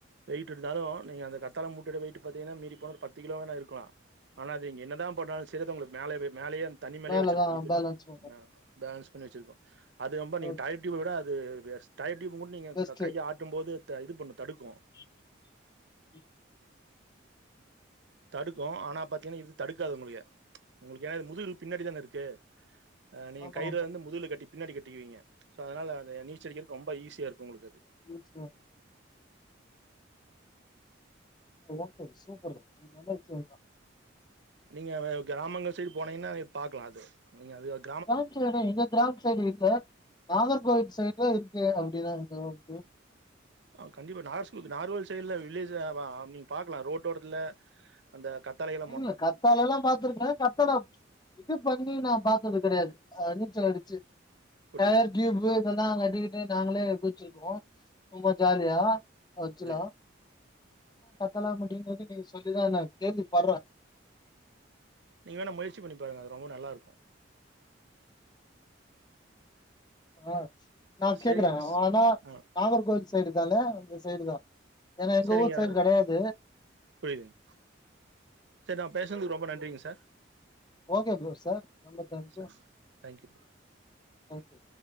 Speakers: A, on the right; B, on the left.
A: வெயிட் இருந்தாலு நீங்க அந்த கத்தாழ மூட்டையோட வெயிட்டு பாத்தீங்கனா மீறி போன ஒரு பத்து கிலோவேனா இருக்கலா இத இங்க என்னதா போட்டாலு சேரி அது உங்களுக்கு மேலவே மேலயே அந்த தண்ணி மேலயே
B: மேலதா
A: வெச்சிருக்கு வழி பண்ணி
B: பேலன்ஸ் வரு
A: பேலன்ஸ் பண்ணி வச்சிருக்கு அது ரொம்ப நீங்க
B: ஓகே
A: டயர் ட்டியூப்ப விட அது எஸ் டயர் ட்டியூப்ப மட்டு நீங்க
B: பெஸ்ட்டு
A: க கைய ஆட் ட்டும் போது த இது பண்ணு தடுக்கு
B: உம்
A: தடுக்கு ஆனா பாத்தீங்கனா இது தடுக்காது உங்களுக்கு உங்களுக்கு ஏனா இது முதுகுல பின்னாடி தான இருக்கு அ நீங்க
B: ஆமா
A: கயிற
B: ஆமா
A: வந்து முதுகுல கட்டி பின்னாடி கட்டிக்குவீங்க சோ அதனால அது நீச்சலடிக்கிறதுக்கு ரொம்ப ஈஸியா இருக்கு உங்களுக்கு அது
B: எஸ் சார் எல்லா பிரச்னைக்கொரு இது நல்ல விஷ்யந்தா
A: நீங்க கிராமங்கள் சைடு போனீங்கனா பாக்கலா அது நீங்க அது அது
B: கிராம சைடு எங்க கிராம சைடு இல்ல நாகர்கோவில் சைடுல இருக்கு அப்டினா எந்தளவுக்கு
A: ஆ கண்டிப்பா நாகர் ஸ்கூலுக்கு நாகர்கோயில் சைடுல வில்லேஜ்ல வா நீங்க பாக்கலா ரோட்டோரத்துல அந்த கத்தாழய
B: இல்ல கத்தாழைலா பாத்திருக்கே கத்தாழ இது பாத்தீங்னா நா பாத்தது கெடையாது அ நீச்சல் அடிச்சு
A: புரியுது
B: டயர்
A: புரியுது
B: டியூப்பு இதெல்லா கட்டிக்கிட்டு நாங்களே குதிச்சிருக்கோ ரொம்ப ஜாலியா ஆச்சுவலா
A: புரியுது
B: கத்தால முடி <unintelligible> நீங்க சொல்லிதான் நான் கேள்வி படுறேன்
A: நீங்க வேணா முயற்சி பண்ணி பாருங்க அது ரொம்ப நல்லா இருக்கும்
B: ஆ நா கேக்குறேன்
A: சரிங்க ஸ்
B: ஆனா
A: ஆ
B: நாகர்கோவில் சைடு தால அந்த சைடு தான் ஏன்னா எங்க
A: சரிங்க
B: ஊர் சைடு கிடையாது
A: புரியுதுங்க சேரி நா பேசுனதுக்கு ரொம்ப நன்றிங்க சார்
B: ஓகே ப்ரோ சார் ரொம்ப தேங்க்
A: சரி
B: யூ
A: பாய் தேங்க்யூ
B: தேங்க் யூ